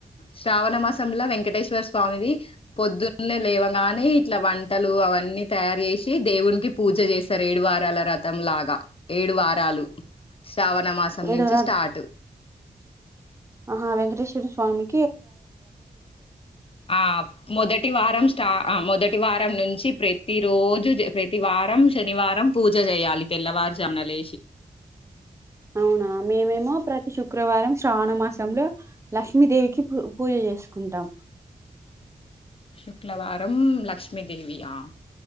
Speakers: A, on the left; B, on the right.
A: శ్రావణ మాసంలో వెంకటేశ్వర స్వామి స్వామిది పొద్దున్నే లేవగానే ఇట్లా వంటలు అవన్నీ తయారు చేసి దేవునికి పూజ చేస్తరు ఏడు వారాల వ్రతం లాగా ఏడు వారాలు శ్రావణ మాసం
B: ఏడు
A: నుంచి
B: ర
A: స్టార్ట్
B: ఆహా వెంకటేశ్వర స్వామి
A: ఆ మొదటి వారం స్టా ఆ మొదటి వారం నుంచి ప్రతి రోజు ప్రతి వారం శనివారం పూజ చేయాలి తెల్లవారు తెల్లవారుజామున లేసి
B: అవునా మేమేమో ప్రతి శుక్ శుక్రవారం శ్రావణ మాసంలో లక్ష్మీదేవికి పూ పూజ చేసుకుంటాం <inaudible>
A: శుక్రవారం లక్ష్మీదేవియా